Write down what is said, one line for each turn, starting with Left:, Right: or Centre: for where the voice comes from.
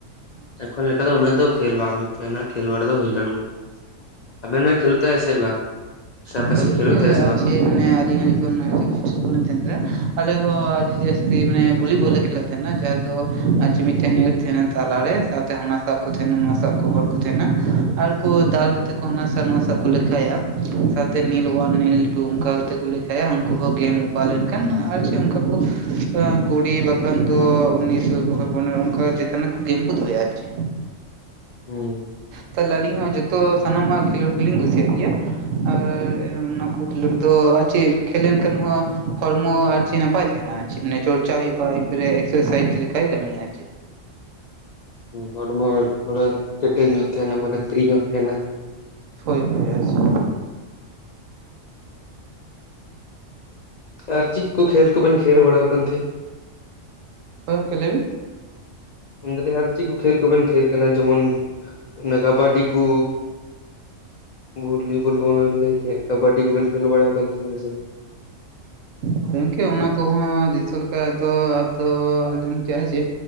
Right: ᱟᱪᱪᱷᱟ
Left: ᱮᱠᱷᱚᱱ ᱞᱮᱠᱟ ᱫᱚ ᱩᱱᱟᱹᱜ ᱫᱚ ᱠᱷᱮᱞ ᱵᱟᱝ ᱦᱩᱭᱩᱜ᱾ ᱛᱮᱱᱟᱜ ᱠᱷᱮᱞ ᱵᱟᱲᱟ ᱫᱚ ᱦᱩᱭ ᱠᱟᱱ ᱜᱮᱭᱟ᱾ ᱟᱵᱮᱱ ᱵᱮᱱ ᱠᱷᱮᱞᱳᱜ ᱛᱟᱭ ᱥᱮ ᱵᱟᱝ ᱥᱮ ᱟᱯᱮ ᱥᱮᱫ
Right: ᱦᱳᱭ
Left: ᱠᱚ ᱠᱷᱮᱞᱳᱜ
Right: ᱜᱚᱝᱠᱮ
Left: ᱛᱟᱦᱮᱱᱟ ᱥᱮ
Right: ᱟᱨ
Left: ᱵᱟᱝ?
Right: ᱪᱮᱫ ᱢᱟᱱᱮ ᱟᱹᱞᱤᱧ ᱦᱚᱸ ᱡᱚᱠᱷᱚᱱ ᱦᱳᱥᱴᱮᱞ ᱠᱚᱞᱤᱧ ᱛᱟᱦᱮᱱ ᱛᱟᱦᱮ, ᱟᱞᱮ ᱦᱚᱸ ᱟᱹᱰᱤ ᱡᱟᱹᱥᱛᱤ ᱢᱮ ᱵᱚᱞᱤ ᱵᱚᱞ ᱞᱮ ᱠᱷᱮᱞᱳᱜ ᱛᱟᱦᱮᱱᱟ ᱡᱟᱦᱟᱸ ᱫᱚ ᱯᱟᱸᱪ ᱢᱤᱫᱴᱮᱱ ᱱᱤᱭᱟᱹᱴ ᱛᱟᱦᱮᱱᱟ ᱛᱟᱞᱟᱨᱮ ᱥᱟᱶᱛᱮ ᱦᱟᱱᱟ ᱥᱟᱵ ᱠᱚ ᱛᱟᱦᱮᱱᱟ ᱱᱚᱣᱟ ᱥᱟᱵ ᱠᱚ ᱦᱚᱲ ᱠᱚ ᱛᱟᱦᱮᱱᱟ᱾ ᱟᱨᱠᱩ ᱫᱟᱞ ᱠᱟᱛᱮ ᱠᱚ ᱦᱟᱱᱟ ᱥᱟᱵ ᱱᱚᱣᱟ ᱥᱟᱵ ᱠᱚ ᱞᱟᱜᱤᱫ ᱠᱷᱟᱭᱟ ᱥᱟᱶᱛᱮ ᱱᱤᱞ ᱚᱳᱣᱟᱱ, ᱱᱤᱞ ᱴᱩ ᱚᱱᱠᱟ ᱠᱟᱛᱮ ᱠᱚ ᱞᱮᱠᱷᱟᱭᱟ ᱦᱟᱹᱱᱠᱩ ᱦᱚᱸ ᱜᱮᱢ ᱚᱵᱷᱟᱨ ᱞᱮᱱ ᱠᱷᱟᱱ ᱠᱷᱟᱱ ᱟᱨ ᱪᱮᱫ ᱚᱱᱠᱟ ᱠᱚ ᱠᱩᱲᱤ ᱵᱟᱠᱷᱟᱱ ᱫᱚ ᱩᱱᱤᱥᱚ ᱵᱟᱠᱷᱟᱡ ᱯᱚᱱᱮᱨᱚ ᱚᱱᱠᱟ ᱪᱮᱛᱟᱱ ᱜᱮᱢ ᱠᱚ ᱫᱚᱦᱚᱭᱟ ᱟᱨ ᱪᱮᱜ᱾
Left: ᱦᱩᱸ᱾
Right: ᱛᱟᱦᱚᱞᱮ ᱟᱹᱞᱤᱧ ᱦᱚᱸ ᱡᱚᱛᱚ ᱥᱟᱱᱟᱢᱟᱜ ᱠᱷᱮᱞᱳᱰ ᱜᱮᱞᱤᱧ ᱠᱩᱥᱤᱭᱟᱜ ᱜᱮ ᱜᱮᱭᱟ ᱟᱨ ᱚᱱᱟ ᱠᱚ ᱠᱷᱮᱞᱳᱰ ᱫᱚ ᱟᱨ ᱪᱮᱫ ᱠᱷᱮᱞ ᱞᱮᱱᱠᱷᱟᱱ ᱦᱚᱸ ᱦᱚᱲᱢᱚ ᱟᱨ ᱪᱮᱫ ᱱᱟᱯᱟᱭ ᱛᱟᱦᱮᱱᱟ ᱟᱨ ᱪᱮᱜ ᱢᱟᱱᱮ ᱪᱚᱨᱪᱟ ᱦᱩᱭᱩᱜᱼᱟ ᱮᱠᱵᱟᱨᱮ ᱮᱠᱥᱟᱨᱥᱟᱭᱤᱡᱽ ᱞᱮᱠᱟᱭ ᱠᱟᱹᱢᱤᱭᱟ ᱟᱨ ᱪᱮᱫ᱾
Left: ᱦᱚᱲᱢᱚ ᱵᱚᱞᱮ ᱠᱮᱴᱮᱡ ᱧᱚᱜ ᱛᱟᱦᱮᱱᱟ ᱢᱟᱱᱮ ᱯᱷᱨᱤ ᱧᱚᱜ ᱛᱟᱦᱮᱱᱟ᱾
Right: ᱦᱳᱭ ᱦᱳᱭ ᱟᱪᱪᱷᱟ᱾
Left: ᱟᱨ ᱪᱮᱫ ᱠᱚ ᱠᱷᱮᱞ ᱠᱚᱵᱮᱱ ᱥᱮᱨ ᱵᱟᱲᱟᱣ ᱟᱠᱟᱱ ᱛᱟᱦᱮᱸᱫ?
Right: ᱦᱳᱭ ᱜᱚᱢᱠᱮ ᱞᱟᱹᱭᱵᱤᱱ?
Left: ᱢᱮᱱᱫᱟᱞᱤᱧ ᱟᱨ ᱪᱮᱫ ᱠᱚ ᱠᱷᱮᱞ ᱠᱚᱵᱮᱱ ᱠᱷᱮᱞ ᱠᱟᱱᱟ ᱡᱮᱢᱚᱱ ᱚᱱᱟ ᱠᱟᱵᱟᱰᱤ ᱠᱚ᱾ ᱵᱷᱚᱞᱤᱵᱚᱞ ᱠᱚ ᱢᱟᱱᱮᱱ ᱞᱟᱹᱭ ᱠᱮᱫ᱾ ᱠᱟᱵᱟᱰᱤ ᱠᱚᱵᱮᱱ ᱠᱷᱮᱞ ᱵᱟᱲᱟᱭᱟ ᱟᱠᱟᱱ ᱛᱟᱦᱮᱱ ᱜᱮᱭᱟ ᱫᱮ ᱵᱟᱝ?
Right: ᱦᱳᱭ ᱜᱚᱝᱠᱮ ᱚᱱᱟ ᱠᱚᱦᱚᱸ ᱫᱤᱥᱟᱹ ᱞᱮᱠᱟᱫᱚ ᱟᱫᱚ ᱟᱞ ᱠᱮᱫᱼᱟ ᱡᱮᱼᱼ